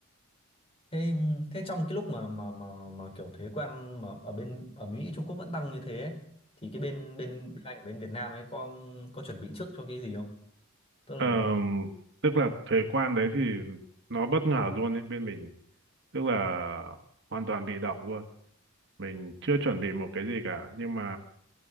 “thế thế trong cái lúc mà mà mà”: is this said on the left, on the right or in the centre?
Left